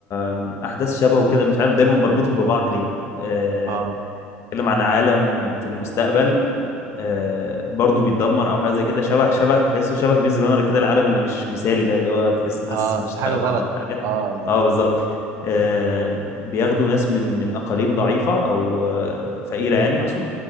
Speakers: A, on the left; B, on the right.
A: آم، احداث شبهه كده مش عارف دايما بربطهم ببعض ليه آه
B: اه
A: بيتكلم عن عالم في المستقبل آه، برضو بيتدمر او حاجه زي كده شبه شبه تحسه شبه ميز رانر كده العالم اللي مش مثالي ده اللي هو تحس الناس
B: اه
A: مش
B: في
A: طايقه
B: حاجه غلط
A: بعض او حاجه
B: اه بالظبط
A: اه بالظبط آه، بياخدوا ناس من من اقاليم ضعيفه او آه، فقيره يعني اقصد